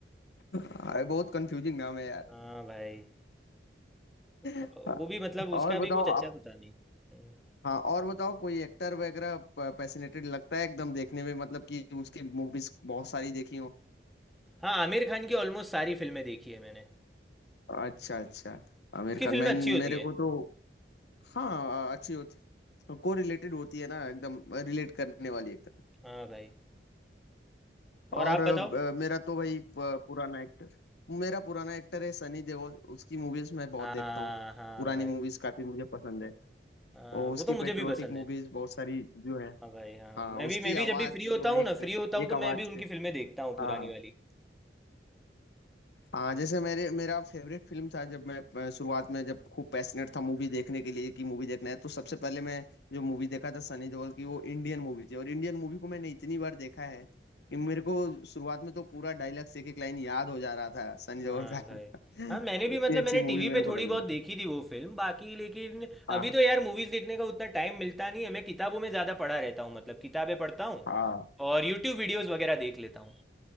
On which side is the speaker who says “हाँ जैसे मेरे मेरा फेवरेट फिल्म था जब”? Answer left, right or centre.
Left